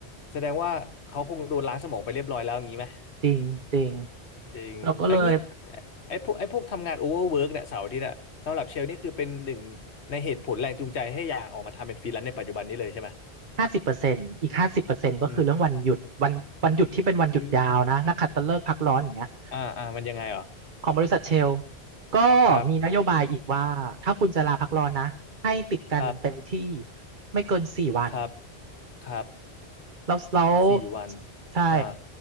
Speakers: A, on the left (about 80°); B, on the right (about 50°).
A: แสดงว่าเขาคงโดนล้างสมองไปเรียบร้อยแล้วอย่างนี้ไหม
B: จริงจริง
A: จริงแล้วงี้
B: เราก็เลย
A: ไอ้พวกไอ้พวกทำงานโอเวอร์เวิร์กเนี่ยเสาร์อาทิตย์อะสำหรับเชลนี่คือเป็นหนึ่งในเหตุผลแรงจูงใจให้อยากออกมาทำเป็นฟรีแลนซ์ในปัจจุบันนี้เลยใช่ไหม
B: ห้าสิบเปอร์เซ็นต์อีกห้าสิบเปอร์เซ็นต์ก็คือเรื่องวันหยุดวันวันหยุดที่เป็นวันหยุดยาวนะนักขัตฤกษ์พักร้อนอย่างเงี้ย
A: อืมอืม อ่าอ่ามันยังไงเหรอ
B: ของบริษัทเชลก็มีนโยบายอีกว่าถ้าคุณจะลาพักร้อนนะให้ติดกันเต็มที่
A: ครับครับ
B: ไม่เกินสี่วัน
A: ครับครับ
B: แล้วแล้ว
A: สี่วัน
B: ใช่
A: อ่า